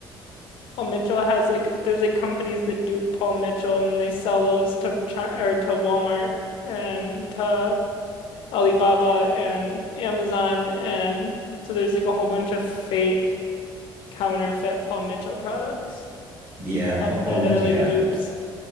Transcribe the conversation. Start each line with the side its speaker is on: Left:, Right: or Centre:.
Left: Paul Mitchell has like there's like companies that dupe Paul Mitchell and then they sell those to China or to Walmart and to Alibaba and Amazon and so there's like a whole bunch of fake counterfeit Paul Mitchell products
Right: Yeah, Paul,
Left: out
Right: Paul
Left: there
Right: Mitch,
Left: that are
Right: yeah.
Left: like dupes.